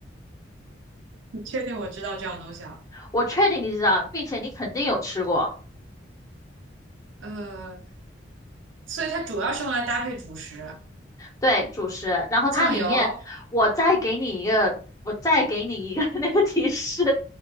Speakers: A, on the right; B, on the left.
A: 你确定我知道这样东西啊？
B: 我确定你知道，并且你肯定有吃过，
A: 呃，所以它主要是用来搭配主食，
B: 对，主食。然后它里面，
A: 酱油、
B: 我再给你一个，我再给你一个 <laughs> 那个提示，